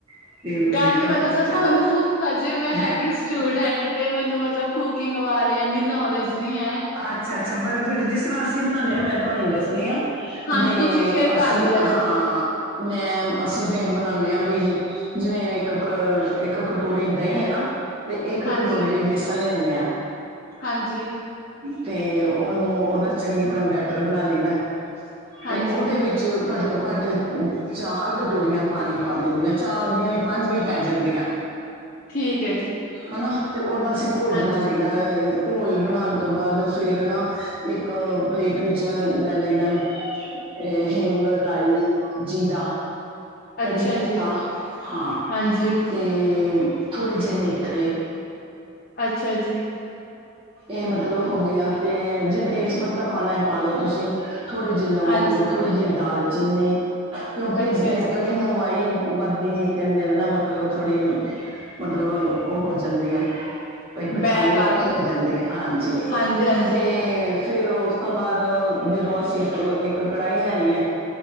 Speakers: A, on the right (about 25°); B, on the left (about 45°).
A: ਅਤੇ ਮੈਂ
B: ਗੱਲ
A: ਕਿਹਾ
B: ਮੈ ਦੱਸਾ
A: ਚ
B: ਤੁਹਾਨੂੰ ਹਜੇ ਮੈਂ
A: ਹੈ
B: ਹੈਗੀ ਸ ਸਟੂਡੈਂਟ ਤੇ ਮੈਨੂੰ ਮਤਲਬ ਕੁਕਿੰਗ ਬਾਰੇ ਏਨੀ ਨੌਲੇਜ ਨੀ ਹੈ।
A: ਆੱਛਾ, ਆੱਛਾ ਪਰ ਫਿਰ ਜਿਸ ਤਰਾਂ ਅਸੀ ਬਨਾਨੇ ਆਂ ਮੈ ਤੁਹਾਨੂੰ ਦੱਸਨੀ ਆਂ।
B: ਹਾਂਜੀ
A: ਬੇਂ
B: ਤੁਸੀਂ ਸ਼ੇਅਰ
A: ਅਸੀ
B: ਕਰ ਦਿਓ ਰੈਸਿਪੀ।
A: ਹਾਂ ਮੈਮ ਅਸੀ ਤੇ ਬਨਾਨੇ ਆਂ ਬਈ ਜਿਵੇਂ ਇਕ ਕ, ਇਕ ਕਟੋਰੀ ਦਹੀਂ ਏ ਨਾ ਤੇ ਇਕ
B: ਹਾਂਜੀ,
A: ਕਟੋਰੀ ਵੇਸਣ ਲੈਂਨੇ ਆਂ
B: ਹਾਂਜੀ।
A: ਤੇ ਓਨੂੰ ਓਦਾ ਚੰਗੀ ਤਰਾਂ ਬੈਟਰ ਬਨਾ ਲੀ ਨਾ,
B: ਹਾਂਜੀ
A: ਤੇ ਓਦੇ ਵਿੱਚ ਚ ਘਾੱਟ ਤੋ ਘਾੱਟ ਚਾਰ ਕਟੋਰੀਆਂ ਪਾਨੀ ਪਾ ਦੇਨੀਆਂ, ਚਾਰ ਦੀਆਂ ਵੀ ਪਾੰਜ ਵੀ ਪੈ ਜਾਂਦੀਐ।
B: ਠੀਕ ਹੈ ਜੀ।
A: ਹਨਾ, ਤੇ ਓਦਾ ਅਸੀ ਘੋਲ
B: ਹਾਂਜੀ,
A: ਬਨਾ ਲਈਦਾ ਅ, ਘੋਲ ਬਨਾਨ ਤੋ ਬਾਦ ਫੇਰ ਨਾ ਏਕ ਪਲੇਟ ਵਿੱਚ ਲੈ ਲਈਦੈ ਏ ਹਿੰਗ, ਰਾਈ, ਜੀਰਾ ਕੜੀ
B: ਅੱਛਾ
A: ਪੱਤਾ,
B: ਜੀ,
A: ਹਾਂ
B: ਹਾਂਜੀ,
A: ਤੇ, ਥੋੜੇ ਜੇ ਮੇਥਰੇ
B: ਅੱਛਾ ਜੀ।
A: ਏ ਮਤਲਬ ਹੋ ਗਏਆਂ ਤੇ ਜੇ ਤੇਜ ਪੱਤਾ ਪਾਣੈ, ਪਾ ਲੋ ਤੂਸੀ ਥੋੜੇ ਜੇ ਲੋਂਂਗ,
B: ਹਾਂਜੀ।
A: ਥੋੜੀ ਜੀ ਦਾਲਚੀਨੀ ਕਿਉਂਕਿ
B: ਅੱਛਾ ਜੀ,
A: ਕੜੀ ਨੂੰ ਵਾਈ ਬਾੱਦੀ ਕੇਂਦੇ ਵੀ ਨਾ ਮਤਲਬ ਥੋੜੀ, ਮਤਲਬ ਓ ਹੋ ਜਾਂਦੀ ਐ। ਬਈ ਪਚਾਨੀ
B: ਬੈ ਕਾਰਨ
A: ਔਖੀ ਹੋ ਜਾਂਦੀ ਏ, ਹਾਂਜੀ
B: ਹਾਂਜੀ, ਹਾਂਜੀ।
A: ਤੇ ਫੇਰ ਓਸ ਤੋਂ ਬਾਦ, ਜਦੋਂ ਅਸੀ ਇਕ, ਇਕ ਕੜਾਈ ਲੈਣੀ ਐ